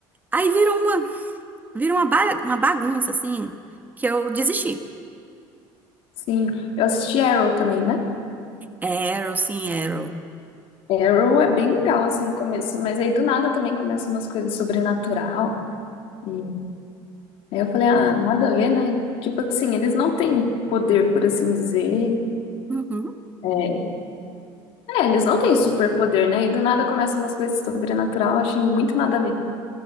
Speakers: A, on the right; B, on the left.
A: Aí virou uma, virou uma, ba- uma bagunça, assim, que eu desisti.
B: Sim, eu assisti Arrow também, né?
A: Arrow, sim, Arrow.
B: Arrow é bem legal, assim, no começo, mas aí do nada também começam umas coisas sobrenatural, e aí eu falei, ah, nada a ver, né? Tipo assim, eles não têm poder, por assim dizer,
A: Uhum.
B: é, é, eles não têm superpoder, né? E do nada começam umas coisas sobrenatural, eu achei muito nada a ver.